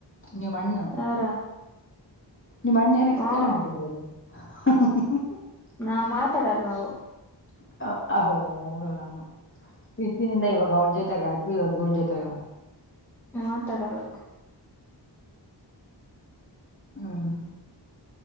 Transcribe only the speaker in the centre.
ಯಾರ
ಹ್ಮ್
ನಾವು ಮಾತಾಡಲ್ಲ ನಾವು
ಮಾತಾಡಲ್ಲ